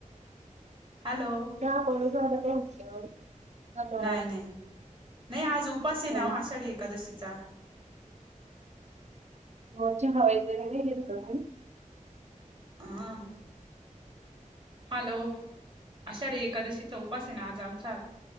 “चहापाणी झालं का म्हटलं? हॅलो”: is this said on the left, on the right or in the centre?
Right